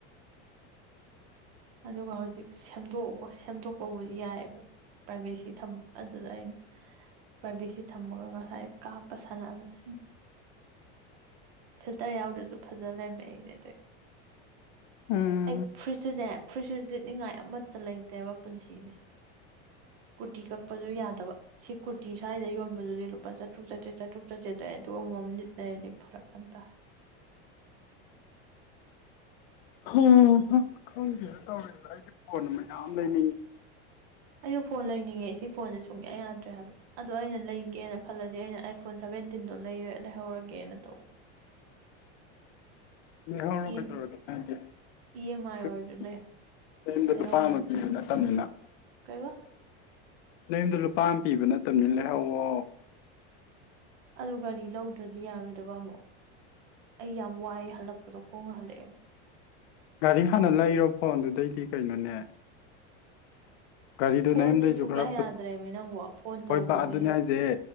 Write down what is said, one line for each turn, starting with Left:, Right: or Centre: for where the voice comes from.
Right: ꯑꯗꯨꯒ ꯍꯧꯖꯤꯛ ꯁꯦꯝꯗꯣꯛ <unintelligible> ꯁꯦꯝꯗꯣꯛꯄꯕꯨꯗꯤ ꯌꯥꯏꯌꯦꯕ ꯄ꯭ꯔꯥꯏꯚꯦꯁꯤ ꯊꯝꯕ ꯑꯗꯨꯗ ꯑꯩꯅ ꯄ꯭ꯔꯥꯏꯚꯦꯠꯁꯤ ꯊꯝꯃꯒ ꯉꯁꯥꯏ ꯀꯥꯞꯄ ꯁꯥꯟꯅꯕꯅꯦ ꯍꯥꯏ <unintelligible> ꯐꯤꯜꯇꯔ ꯌꯥꯎꯗ꯭ꯔꯁꯨ ꯐꯖꯅ ꯂꯩꯃꯦ ꯑꯩꯗꯤ ꯑꯩ
Left: ꯎꯝ
Right: ꯑꯩ ꯐꯨꯔꯤꯠꯁꯨꯅꯦ ꯐꯨꯔꯤꯠꯁꯨ ꯂꯤꯠꯅꯤꯡꯉꯥꯏ ꯑꯃꯠꯇ ꯂꯩꯇꯦꯕ ꯄꯨꯟꯁꯤꯁꯦ ꯀꯨꯔꯇꯤ ꯀꯛꯄꯁꯨ ꯌꯥꯗꯕ ꯁꯤ ꯀꯨꯔꯇꯤ ꯁꯋꯥꯏꯗ ꯌꯣꯟꯕꯗꯨꯗꯤ ꯂꯨꯄꯥ ꯆꯥꯇꯔꯨꯛ ꯆꯥꯇꯦꯠ ꯆꯥꯇꯔꯨꯛ ꯆꯇꯦꯠ <unintelligible> ꯑꯗꯨ ꯑꯃꯃꯝ ꯂꯤꯠ ꯂꯩꯔꯗꯤ ꯐꯔꯛ ꯊꯝꯇ <unintelligible> <inaudible>
Left: <unintelligible> ꯈꯪꯗꯦꯅ ꯇꯧꯔꯤꯁꯦ ꯑꯩꯗꯤ ꯐꯣꯟ ꯃꯌꯥꯝ ꯂꯩꯅꯤꯡꯉꯤ
Right: ꯑꯩꯁꯨ ꯐꯣꯟ ꯂꯩꯅꯤꯡꯉꯦ ꯁꯤ ꯐꯣꯟꯁꯦ ꯁꯨꯡꯌꯥ ꯌꯥꯗ꯭ꯔꯦ ꯍꯥꯏꯕ ꯑꯗꯣ ꯑꯩꯅ ꯂꯩꯒꯦꯅ ꯈꯜꯂꯗꯤ ꯑꯩꯅ ꯑꯥꯏꯐꯣꯟ ꯁꯚꯦꯟꯇꯤꯟꯗꯣ ꯂꯩꯔ ꯂꯩꯍꯧꯔꯒꯦꯅ ꯇꯧꯕ
Left: ꯌꯩꯍꯧꯔꯣ
Right: ꯏ
Left: ꯀꯩꯗꯧꯔꯒꯦ
Right: ꯑꯦꯝ
Left: ꯅꯪꯗꯤ
Right: ꯏ ꯑꯦꯝ ꯑꯥꯏ
Left: <unintelligible>
Right: ꯑꯣꯏꯔꯁꯨ ꯂꯩ
Left: <inaudible> ꯅꯌꯨꯝꯗ
Right: ꯂꯩꯍꯧꯔꯒꯦ
Left: ꯂꯨꯄꯥꯝꯃ ꯄꯤꯕ ꯅꯠꯇꯝꯅꯤꯅ
Right: ꯀꯩꯕ
Left: ꯅꯉꯨꯝꯗ ꯂꯨꯄꯥ ꯑꯃ ꯄꯤꯕ ꯅꯠꯇꯕꯅꯤ ꯂꯩꯍꯧꯋꯣ
Right: ꯑ ꯒꯥꯔꯤ ꯂꯧꯗ꯭ꯔꯗꯤ ꯌꯥꯔꯣꯏꯗꯕ ꯑꯃꯨꯛ ꯑꯩ ꯌꯥꯝ ꯋꯥꯏꯑ ꯍꯜꯂꯛꯄꯗꯣ ꯈꯣꯡꯅ ꯍꯜꯂꯛꯑꯦꯕ
Left: ꯒꯥꯔꯤ ꯍꯥꯟꯅ ꯂꯩꯔꯣ ꯐꯣꯟꯗꯨꯗꯩꯗꯤ ꯀꯩꯅꯣꯅꯦ ꯒꯥꯔꯤꯗꯨꯣ
Right: ꯐꯣꯟꯁꯦ
Left: ꯅ ꯌꯨꯝꯗꯩꯁꯨ
Right: ꯁꯨꯡꯌꯥ
Left: ꯈꯔ
Right: ꯌꯥꯗ꯭ꯔꯦꯃꯤ ꯅꯪꯕꯨ ꯐꯣꯟ ꯇꯧꯕꯁꯤꯁꯨ
Left: ꯍꯣꯏꯕ ꯑꯗꯨꯅꯤ ꯍꯥꯏꯁꯦ